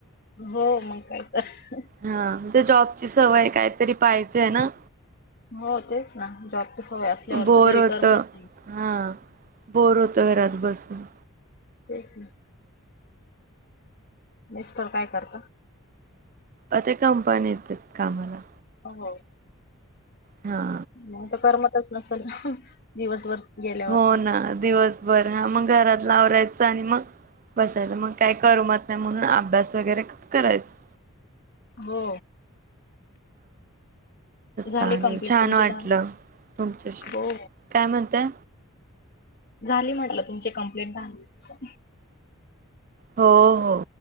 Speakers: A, on the left; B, on the right.
A: हो मग काय तर
B: हा ते जॉबची सवय कायतरी पाहिजेय ना
A: हो तेच ना जॉबची सवय असल्यावरती
B: बोर
A: घरी
B: होतं
A: करमत नाही
B: हा बोर होतो घरात बसून
A: तेच ना मीस्टोर काय करत
B: अ ते कंपनी येत कामाला
A: हो
B: हा.
A: मग तर करमतच नसेल दिवसभर. गेल्यावरती
B: हो ना दिवसभर हा मग घरातल आवरायचं आनी मग बसायचं मग काही करमत नाही म्हणून अभ्यास वगैरे करायचं.
A: हो. झाले
B: चालेल
A: कंप्लीट
B: छान
A: तुमचे
B: वाटलं
A: दहा
B: तुमच्याशी.
A: हो.
B: काय म्हणताय
A: झाली म्हटलं तुमची कंप्लेट दहा..
B: हो हो